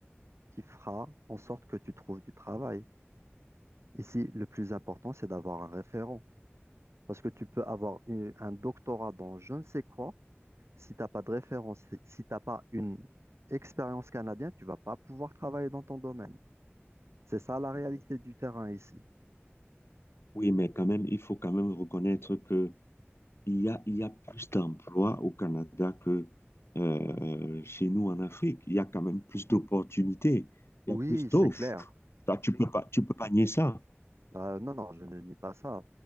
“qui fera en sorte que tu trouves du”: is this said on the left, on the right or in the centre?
Right